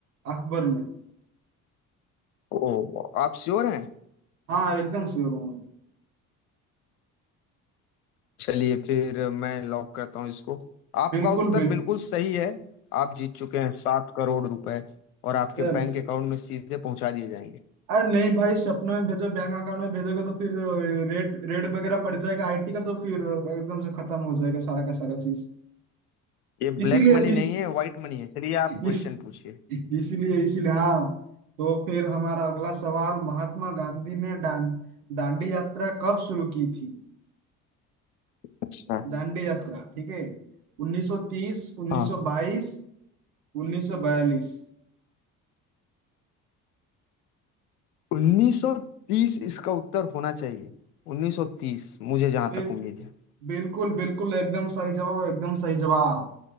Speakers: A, on the right (about 75°); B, on the left (about 75°).
A: अकबर ने
B: ओ आप श्योर हैं
A: हाँ एकदम श्योर हूँ मैं।
B: चलिए फिर मैं लॉक करता हूँ इसको आपका
A: बिल्कुल
B: उत्तर
A: बिल्कुल
B: बिल्कुल सही है आप जीत चुके हैं सात करोड़ रुपए और आपके
A: अरे
B: बैंक अकाउंट में सीधे पहुंचा दिए जाएंगे
A: अरे नहीं भाई सपने में भेजो बैंक अकाउंट में भेजोगे तो फिर रेड रेड वगैरह पड़ जाएगा आईटी का तो फिर एकदम से खत्म हो जाएगा सारा का सारा चीज
B: ये
A: इसीलिए
B: ब्लैक मनी नहीं
A: इस,
B: है व्हाइट मनी है चलिए आप
A: इस,
B: क्वेश्चन पूछिए
A: इसीलिए इसीलिए हाँ तो फिर हमारा अगला सवाल महात्मा गांधी ने डां, दांडी यात्रा कब शुरू की थी
B: अच्छा
A: दांडी यात्रा ठीक है 1930 1922
B: हाँ
A: 1942
B: 1930 इसका उत्तर होना चाहिए 1930 मुझे जहां
A: फिर
B: तक उम्मीद है
A: बिल्कुल बिल्कुल एकदम सही जवाब और एकदम सही जवाब